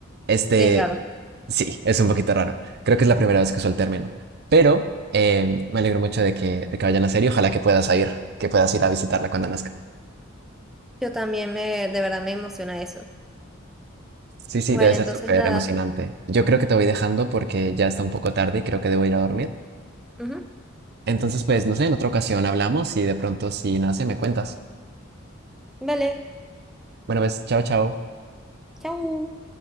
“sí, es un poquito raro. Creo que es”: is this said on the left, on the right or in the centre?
Right